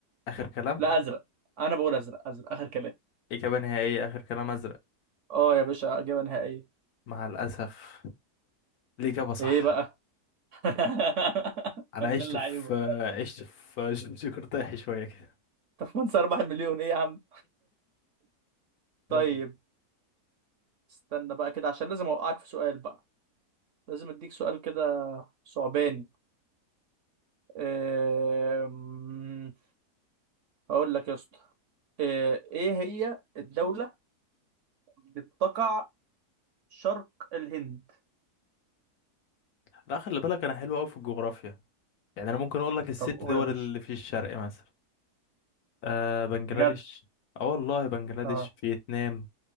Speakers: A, on the left; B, on the right.
A: اخر كلام
B: لا ازرق انا بقول ازرق ازرق اخر كلام
A: اجابه نهائيه اخر كلام ازرق
B: اه يا باشا اجابه نهائيه
A: مع الاسف الاجابه صح
B: ايه بقى <laughs>
A: انا
B: يا ابن
A: عشت
B: اللعيبه
A: في عشت في جغرافيا شويه كده
B: طب وانت اربح المليون ايه يا عم
A: كمل.
B: طيب استنى بقى كده عشان لازم اوقعك في سؤال بقى لازم اديك سؤال كده صعباني أم، هقول لك يا اسطى أه، ايه هي الدولة بتقع شرق الهند
A: لا خلي بالك انا حلو قوي في الجغرافيا يعني انا ممكن اقول لك الست
B: طب قول
A: دول
B: يا باشا
A: اللي في الشرق مثلا آه بنجلاديش
B: بجد
A: اه والله بنجلاديش
B: اه
A: فيتنام